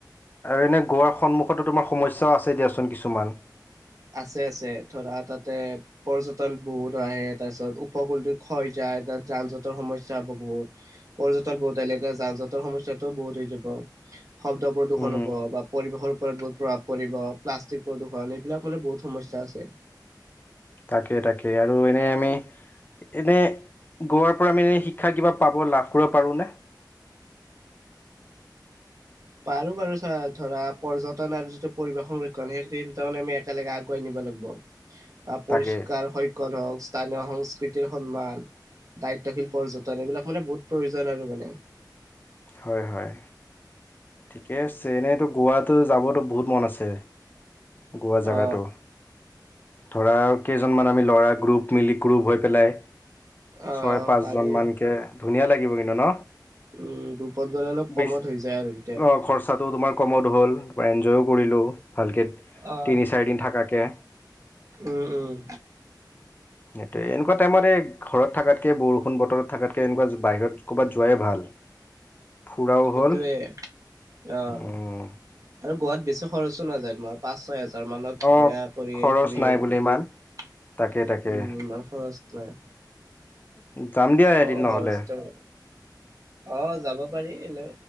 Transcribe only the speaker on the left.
আৰু এনেই গোৱাৰ সন্মুখতো তোমাৰ সমস্যাও আছে দিয়াচোন কিছুমান।
উম।
তাকে, তাকে, আৰু এনেই আমি এনেই গোৱাৰ পৰা আমি এনে শিক্ষা কিবা পাব লাভ কৰিব পাৰোঁনে?
তাকে।
হয়, হয়। ঠিকে আছে, এনেইতো গোৱাটো যাবতো বহুত মন আছে। গোৱা জেগাটো।
ধৰা কেইজনমান আমি ল'ৰা গ্ৰুপ, মিলি গ্ৰুপ হৈ পেলাই।
ছয়,
পাঁচজন
মানকে ধুনীয়া লাগিব কিন্তু ন?
বেছি
অ খৰচাটো তোমাৰ কমত হ'ল, এনজয়ো কৰিলোঁ ভালকে,
তিনি, চাৰিদিন থাকাকে
সেইটোৱে এনেকুৱা টাইমত এই ঘৰত থাকাতকে বৰষুণ বতৰত থাকাতকে এনেকুৱা বাহিৰত ক'ৰবাত যোৱাই ভাল। ফুৰাও
হ'ল
উম
অ
খৰচ
নাই বোলে
ইমান তাকে তাকে
<unintelligible>
নহ'লে